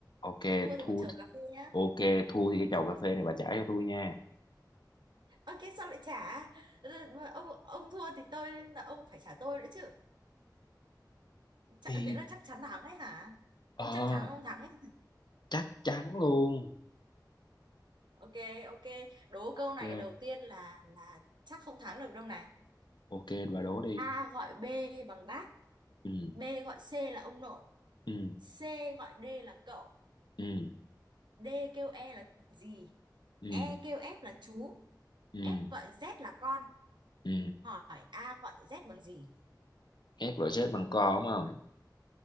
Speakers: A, on the left; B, on the right.
A: ok
B: thua thì
A: thua
B: một chầu cà phê nhá
A: ok thua thì cái chầu cà phê này bà trả cho tôi nha
B: ok sao lại trả Ừ, mà ông ông thua thì tôi là ông phải trả tôi nữa chứ Chả,
A: thì
B: thế là chắc chắn thắng ấy hả
A: ờ
B: không chắc chắn không thắng ấy
A: chắc chắn luôn
B: ok ok đố
A: ok
B: câu này đầu tiên là là chắc không thắng được đâu này
A: ok bà đố đi
B: A gọi B bằng bác
A: ừ
B: B gọi C là ông nội
A: ừ
B: C gọi D là cậu
A: ừ
B: D kêu E là gì
A: ừ
B: E kêu F là chú,
A: ừ
B: F gọi Z là con.
A: ừ
B: Hỏi A gọi Z bằng gì?
A: ép gọi chết bằng co đúng không